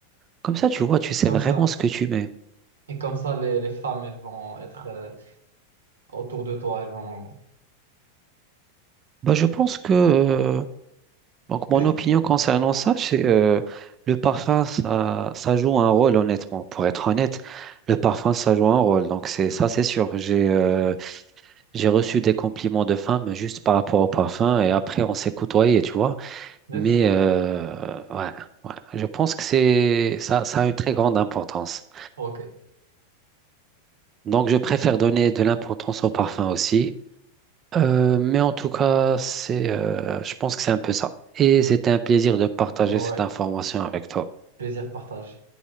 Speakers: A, on the right; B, on the right.
A: comme ça, tu vois, tu sais
B: Comme
A: vraiment
B: ça.
A: ce que tu mets.
B: Et comme ça, les, les femmes, elles vont être euh, autour de toi, elles vont...
A: Bah, je pense que, euh, donc, mon
B: <laughs>
A: opinion concernant ça, c'est euh, le parfum, ça, ça joue un rôle, honnêtement. Pour être honnête, le parfum, ça joue un rôle. Donc, c'est ça, c'est sûr. J'ai euh, j'ai reçu des compliments de femmes juste par rapport au parfum et après, on s'est côtoyé, tu vois.
B: Let's
A: Mais
B: go.
A: euh, ouais, ouais, je pense que c'est ça, ça a une très grande importance.
B: OK.
A: Donc je préfère donner de l'importance au parfum aussi. Euh, mais en tout cas, c'est, euh, je pense que c'est un peu ça. Et c'était un plaisir de partager
B: Ouais.
A: cette information avec toi.
B: Plaisir partagé.